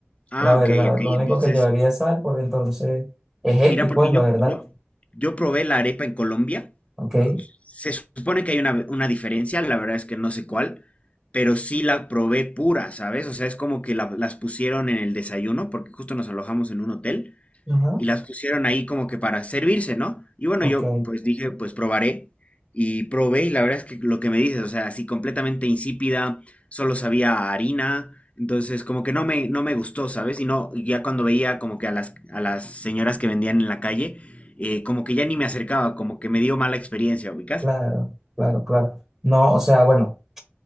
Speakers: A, on the left; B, on the right.
A: Ah,
B: la verdad,
A: ok, ok.
B: lo único
A: Entonces,
B: que llevaría es sal, pues entonces es X,
A: mira, porque
B: pues,
A: yo,
B: la verdad,
A: yo, yo probé la arepa en Colombia.
B: ¿ok?
A: No, se supone que hay una, una diferencia, la verdad es que no sé cuál, pero sí la probé pura, ¿sabes? O sea, es como que la- las pusieron en el desayuno, porque justo nos alojamos en un hotel.
B: Ajá,
A: y las pusieron ahí como que para servirse, ¿no? Y bueno,
B: ok,
A: yo pues dije, pues probaré y probé y la verdad es que lo que me dices, o sea, así completamente insípida, solo sabía a harina, entonces como que no me, no me gustó, ¿sabes? Y no, y ya cuando veía como que a las, a las señoras que vendían en la calle, eh, como que ya ni me acercaba, como que me dio mala experiencia, ¿ubicas?
B: claro, claro, claro. No, o sea, bueno.